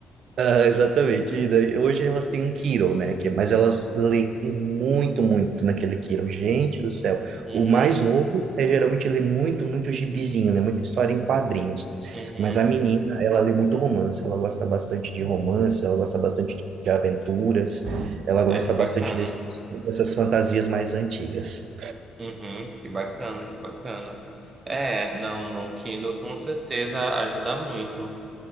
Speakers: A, on the right; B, on the right.
A: <laughs> Ah, exatamente. E daí, hoje elas têm um Kiro, né? Que, é, mas elas leem muito, muito naquele Kiro. Gente do céu.
B: Uhum,
A: O mais novo é geralmente lê muito, muito gibizinho, né? Muita história em quadrinhos.
B: uhum.
A: Mas a menina, ela lê muito romance. Ela gosta bastante de romance, ela gosta bastante de aventuras, ela gosta
B: Ai, que
A: bastante
B: bacana.
A: desses, dessas fantasias mais antigas.
B: Uhum, que bacana, que bacana. É, não, não, Kindle com certeza ajuda muito.